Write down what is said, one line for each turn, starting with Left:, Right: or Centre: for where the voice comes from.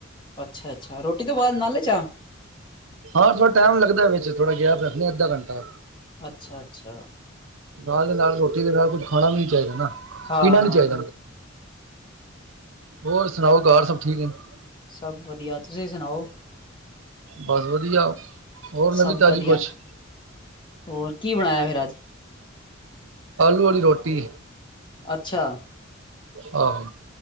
Left: ਅੱਛਾ, ਅੱਛਾ ਰੋਟੀ ਤੋਂ ਬਾਅਦ ਨਾਲੇ ਹੀ ਚਾਹ?
Right: ਹਾਂ ਥੋੜਾ ਟਾਈਮ ਲਗਦਾ ਵਿੱਚ ਥੋੜਾ ਗੈਪ ਰੱਖਦੇ ਆ ਅੱਧਾ ਘੰਟਾ।
Left: ਅੱਛਾ ਅੱਛਾ।
Right: ਨਾਲ ਦੇ ਨਾਲ ਰੋਟੀ ਦੇ ਨਾਲ ਕੁੱਝ ਖਾਣਾ ਵੀ ਨੀ ਚਾਹੀਦਾ ਨਾ
Left: ਹਾਂ
Right: ਪੀਣਾ ਨੀ
Left: ਹਾਂ
Right: ਚਾਹੀਦਾ। ਹੋਰ ਸੁਣਾਓ ਘਰ ਸਭ ਠੀਕ ਨੇ ਨਾ।
Left: ਸਭ ਵਧੀਆ, ਤੁਸੀਂ ਸੁਣਾਓ?
Right: ਬਸ ਵਧੀਆ। ਹੋਰ
Left: ਸਭ
Right: ਨਵੀਂ ਤਾਜ਼ੀ
Left: ਵਧੀਆ,
Right: ਕੁਛ
Left: ਹੋਰ ਕੀ ਬਣਾਇਆ ਫਿਰ ਅੱਜ?
Right: ਆਲੂ ਵਾਲੀ ਰੋਟੀ।
Left: ਅੱਛਾ।
Right: ਆਹੋ।